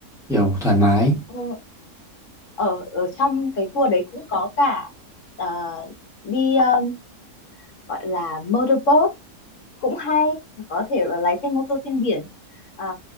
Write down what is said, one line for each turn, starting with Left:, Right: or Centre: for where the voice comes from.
Centre: kiểu thoải mái
Left: Ờ, ở ở trong cái tour đấy cũng có cả ờ, đi ờ, gọi là motorboat cũng hay có thể là lái xe mô tô trên biển à,